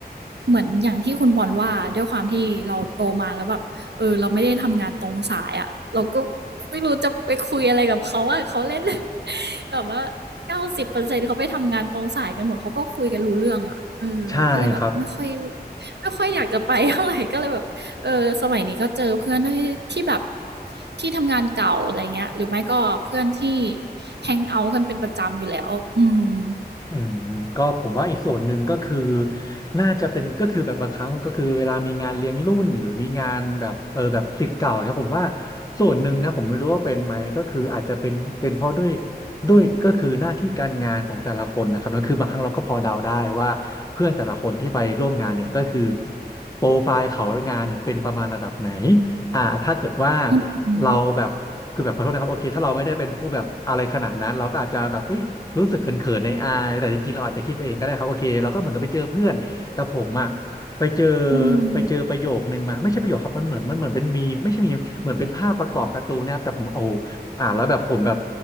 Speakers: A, on the right; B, on the left.
A: เหมือนอย่างที่คุณบอลว่าด้วยความที่เราโตมาแล้วแบบเออเราไม่ได้ทำงานตรงสายอ่ะเราก็ไม่รู้จะไปคุยอะไรกับเขาอ่ะเขาเล่น <laughs> แบบว่าเก้าสิบเปอร์เซ็นต์เขาไปทำงานตรงสายกันหมดเขาก็คุยกันรู้เรื่องอ่ะเออก็เลยแบบไม่ค่อย
B: ใช่ครับ
A: ไม่ค่อยอยากจะไปเท่าไหร่ก็เลยแบบ เออสมัยนี้ก็เจอเพื่อนที่ที่แบบที่ทำงานเก่าอะไรเงี้ยหรือไม่ก็เพื่อนที่แฮงเอาท์กันเป็นประจำอยู่แล้วอืม
B: อืมก็ผมว่าอีกส่วนหนึ่งก็คือน่าจะเป็นก็คือแบบบางครั้งก็คือเวลามีงานเลี้ยงรุ่นหรือมีงานแบบเออแบบศิษย์เก่าครับผมว่าส่วนหนึ่งนะผมไม่รู้ว่าเป็นไหมก็คืออาจจะเป็นเป็นเพราะด้วยด้วยก็คือหน้าที่การงานของแต่ละคนนะครับนั่นคือบางครั้งเราก็พอเดาได้ว่าเพื่อนแต่ละคนที่ไปร่วมงานเนี่ยก็คือโปรไฟล์เขางานเนี่ยเป็นประมาณระดับไหนอ่าถ้าเกิดว่า
A: อืม
B: เราแบบ คือแบบขอโทษนะครับโอเคถ้าเราไม่ได้เป็นผู้แบบอะไรขนาดนั้นเราก็อาจจะแบบเอ้ยรู้สึกเขินๆในอายแต่จริงๆเราอาจจะคิดไปเองก็ได้ครับโอเคเราก็เหมือนกับไปเจอเพื่อนแต่ผมอะไปเจอ
A: อืม
B: ไปเจอประโยคนึงมาไม่ใช่ประโยคครับมันเหมือนมันเหมือนเป็นมีมไม่ใช่มีมเหมือนเป็นภาพประกอบการ์ตูนนะครับแต่ผมโอ้โหผมอ่านแล้วแบบผมแบบ